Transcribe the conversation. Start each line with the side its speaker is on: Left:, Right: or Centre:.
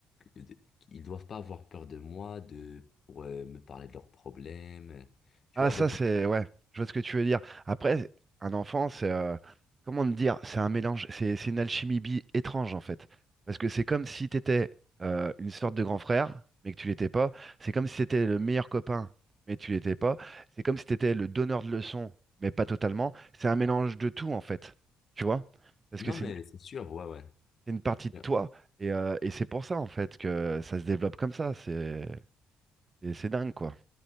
Left: de- ils doivent pas avoir peur de moi, de pour euh, me parler de leurs problèmes, tu
Right: Ah,
Left: vois,
Right: ça,
Left: avec.
Right: c'est. Ouais, je vois ce que tu veux dire. Après, un enfant, c'est. euh, Comment te dire? C'est un mélange. C'est c'est une alchimie bi étrange, en fait. Parce que c'est comme si t'étais euh, une sorte de grand frère, mais que tu l'étais pas. C'est comme si t'étais le meilleur copain, mais tu l'étais pas. C'est comme si t'étais le donneur de leçons, mais pas totalement. C'est un mélange de tout, en fait. Tu vois? Parce
Left: Non,
Right: que c'est
Left: mais
Right: une,
Left: c'est sûr, ouais, ouais.
Right: c'est une partie de
Left: Ouais.
Right: toi. Et, euh, et c'est pour ça, en fait, que ça se développe comme ça. C'est c'est c'est dingue, quoi.